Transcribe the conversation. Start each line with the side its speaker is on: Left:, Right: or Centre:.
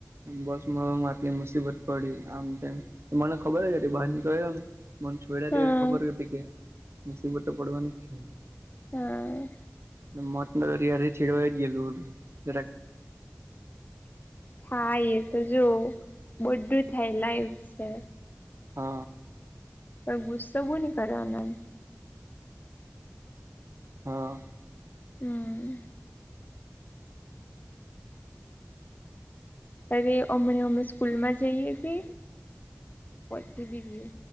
Right: બસમાં આટલી મુસીબત પડી આમ તેમ મને ખબર જ હતી બહાર નીકળ્યો ને મન છોડ્યા
Left: હા
Right: ત્યારે ખબર હતી કે મુસીબત તો પડવાની જ છે.
Left: હહ
Right: મતલ એરીયા રે ચિડવાઈ જ ગેલું હતું જરાક
Left: હા એ તો જો બધું થાય લાઈફ સે
Right: હહ અ
Left: એ ગુસ્સો બહુ ની કરવાનો એમ
Right: હહ
Left: હમ અરે અમને અમે સ્કૂલમાં જઈએ કે પછી બીજી